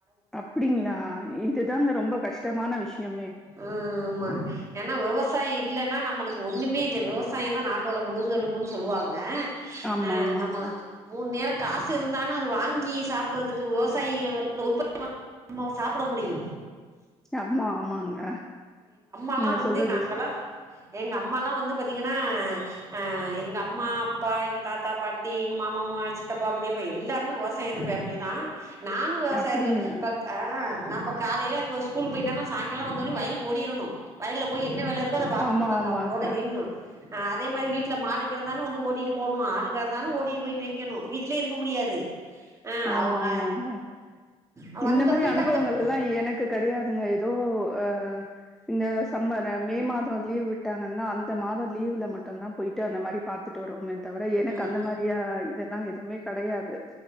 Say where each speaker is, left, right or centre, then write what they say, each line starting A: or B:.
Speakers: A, in the centre; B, on the right (about 25°).
A: அப்டிங்ளா இதுதாங்க ரொம்ப கஷ்டமான விஷ்யமே
B: ஆ ஆமா ஏன்னா விவசாய இல்லனா நா நம்மளுக்கு ஒன்னுமே இல்ல விவசாய தா நாட்டோட முதுகெலும்புன் சொல்வாங்க
A: ஆமா
B: அ
A: ஆமாங்க
B: நம்ம மூண் நேர காசு இருந்தானா அது வாங்கி சாப்புற்றதுக்கு விவசாயிகள் வந்து உற்பத்தி பண்ணா தா சாப்புட முடியு
A: அம்மா ஆமாங்க
B: கல்லா
A: நீங்க
B: வந்து
A: சொல்றது
B: நாங்களா
A: ஸ்
B: எங்க அம்மாலா வந்து பாத்தீங்கன்னா அ எங்க அம்மா அப்பா எங்க தாத்தா பாட்டி எங்க மாமாமாமா எங் சித்தப்பா பெதியப்பா எல்லாருமே வவசாயந்த ஃபேம்லிதா நானு வெவசாயத்துல
A: அப்டிங்களா
B: இப்பக் அ நம்ப காலைல கோ ஸ்கூலு போயிட்டோனா சாய்ங்கால வந்தோனே வயலுக்கு ஓடிரணு வயல்ல போய் என்ன வேல இருக்கோ அத பாக்கணு
A: ஆமா
B: நாங்க
A: ஆமாங்க
B: அவுங்களோட நின்னு அதே மாரி வீட்ல மாடு கடந் வந்து ஓட்டிட்டு போனு ஆடு கடந்தாலு ஓட்டி போய் மேய்கெணு வீட்லே இருக்க முடியாது ஆ
A: ஆமா
B: அவங்க
A: ஆமாங்க
B: ஆ
A: இந்த
B: வந்தோனே
A: மாரி அனுபவங்கள்
B: டக்கு டக்கு
A: எல்லா எனக்கு கடையாதுங்க ஏதோ அ இந்த சம்ம மே மாதோ லீவ் விட்டாங்க னா அந்த மாத லீவ்ல மட்டுந்தா போயிட்டு அந்த மாரி பாத்துட்டு வருவோமே தவர எனக்கு
B: ம்
A: அந்த மாரியா லா எதுமே கெடையாது